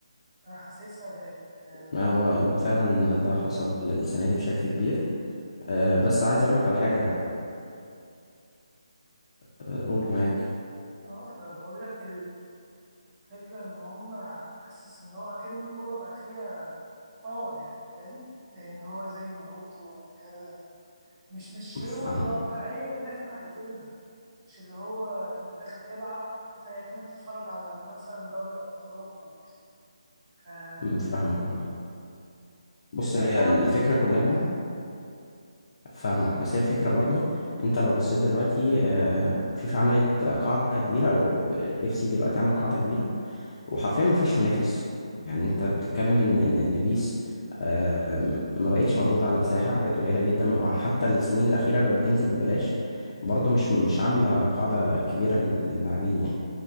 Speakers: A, on the right; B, on the left.
A: أنا حاسسها بقت آه
B: ما هو فعلا ده حصل السنة دي بشكل كبير أه بس عايز اقولك على حاجة أه، قول معاك
A: آه، فبقول لك الفكرة إن هما حاسس إن هو أكن الكورة بقى فيها باور يعني فاهم إن هو زي ناروتو أو كذا مش مش هو
B: فاهمك
A: الواقعية اللي إحنا عايزينها مش اللي هو أنت داخل تلعب زي كأنك تتفرج على مثلا دوري أبطال أوروبا فحاسسها
B: فاهمك آه. بص هي
A: لعبوا
B: الفكرة
A: في الكورة
B: كلها
A: فاهم؟
B: فاهمك بس هي الفكرة برضو انت لو بصيت دلوقتي آه، فيفا عملت قاعدة كبيرة او اف سي دلوقتي عمل قاعدة كبيرة وحرفيا ما فيش منافس يعني انت بتتكلم ان إن- إن بيس آه، ما بقتش موجودة على الساحة بقت قليلة جدا وحتى السنين الأخيرة بقت بتنزل ببلاش برضو مش مش عاملة قاعدة كبيرة لل- للاعبين يعني